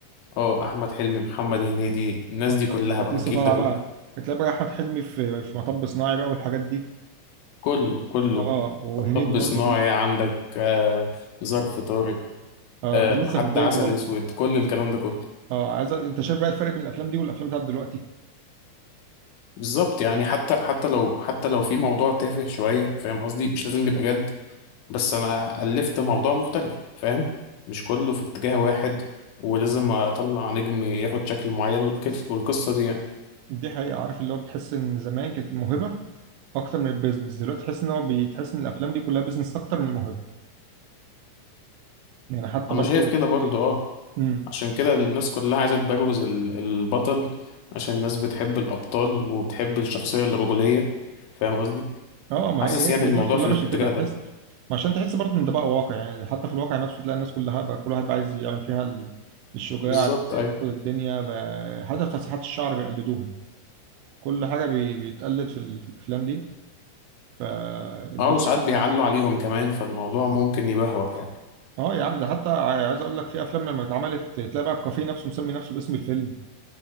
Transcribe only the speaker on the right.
اه
كانت
لسه
طالعه
بقى كانت بقى احمد حلمي في في مطب صناعي بقى والحاجات دي
اه وهنيدي
برضه
في ال-
اه
كان
لسه في بدايته
برضه
اه عايز أ- انت شايف بقى الفرق بين الافلام دي والافلام بتاعت دلوقتي
مم.
دي حقيقة عارف اللي هو بتحس ان زمان كانت الموهبة اكتر من البيزنس دلوقتي تحس ان هو بتحس ان الافلام دي كلها بيزنس اكتر من الموهبة يعني حتى
برضه
امم
اه ما
هي هي
دلوقتي كلها
ماشية كده تحس
ما عشان تحس برضه ان ده بقى واقع يعني حتى في الواقع نفسه تلاقي الناس كلها بقى كل واحد بقى عايز يعمل فيها ال- الشجاع
اللي
بياخد الدنيا بقى حتى في تسريحات الشعر بيقلدوهم كل حاجة بي- بيتقلد في ال- في الافلام دي فالدنيا
اه يا عم ده حتى ع- عايز اقول لك في افلام لما اتعملت تلاقي بقى الكافيه نفسه مسمي نفسه باسم الفيلم